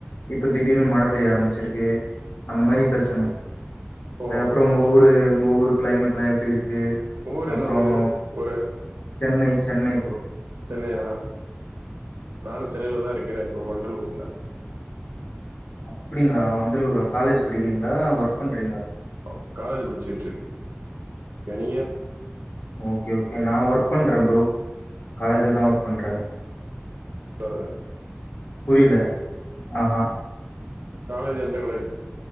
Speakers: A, on the left; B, on the right.
A: இப்ப திடீர்னு மழை பெய்ய ஆரம்பிச்சிருக்கு அந்த மாதிரி பேசணும்
B: ஓ
A: அதுக்கப்புறம் உங்க ஊரு உங்க ஊரு கிளைமேட் எலாம் எப்படி இருக்கு க்கு
B: ஊர்
A: அப்புறம்
B: என்ன ப்ரோ ஊரு
A: சென்னை சென்னை போ
B: சென்னையா நானும் சென்னையில தான் இருக்கிறேன் இப்போ வண்டல் ஊர்ல
A: அப்படிங்களா வண்டலூரா காலேஜ் படிக்கிறீங்களா ஒர்க் பண்றீங்களா
B: ஓ காலஜ படிச்சட்டு இரு கனங்க
A: ஓகே ஓகே நான் ஒர்க் பண்றேன் ப்ரூ காலேஜ்ல தான் ஒர்க் பண்றேன்
B: ஆஹ்
A: புரியல ஆஹஹா
B: காலேஜ் எந்த காலேஜ